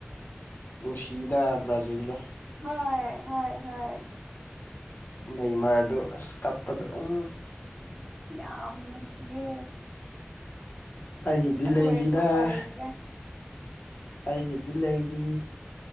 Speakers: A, on the left; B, in the centre.
A: ꯅꯨꯡꯁꯤꯗ ꯕ꯭ꯔꯥꯖꯤꯜꯗ
B: ꯍꯣꯏ-ꯍꯣꯏ-ꯍꯣꯏ
A: ꯅꯩ ꯃꯔꯥꯗꯨ ꯑꯁ ꯀꯞꯄꯗ ꯎ
B: ꯌꯥꯝꯅ ꯅꯨꯡꯁꯤꯌꯦ
A: ꯑꯩꯒꯤꯗꯤ ꯂꯩꯔꯤꯗ
B: ꯑꯗꯨ ꯑꯣꯏꯔꯁꯨ ꯎꯄꯥ ꯂꯩꯇ꯭ꯔꯦ
A: ꯑꯩꯒꯤꯗꯤ ꯂꯩꯔꯤ